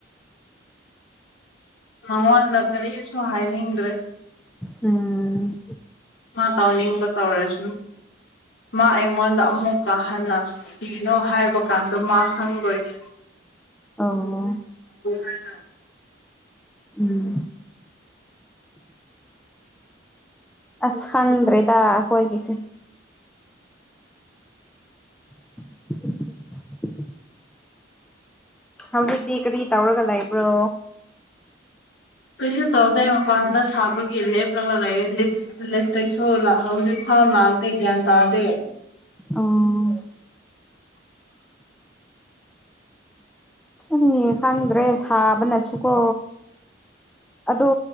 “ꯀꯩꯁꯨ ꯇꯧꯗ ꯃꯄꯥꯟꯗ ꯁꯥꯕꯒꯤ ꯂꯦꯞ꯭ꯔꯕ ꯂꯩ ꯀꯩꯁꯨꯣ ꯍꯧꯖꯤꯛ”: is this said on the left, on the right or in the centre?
Left